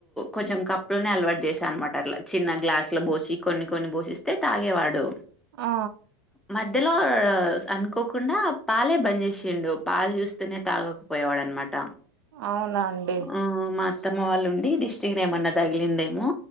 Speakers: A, in the centre; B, on the right.
A: కొంచెం కప్పులని అలవాటు చేసా అనమాట అట్లా చిన్న గ్లాసుల పోసి కొన్ని కొన్ని పోసి తే తాగేవాడు
B: ఆ
A: మధ్యలో అనుకోకుండా పాలే బంద్ చేసిండు పాలు చూస్తేనే తాగ పోయేవాడు అన్నమాట
B: అవునా అండి
A: ఆ అత్తమా వాళ్ళు ఉండి దిష్టికి ఏమన్నా తగిలిందేమో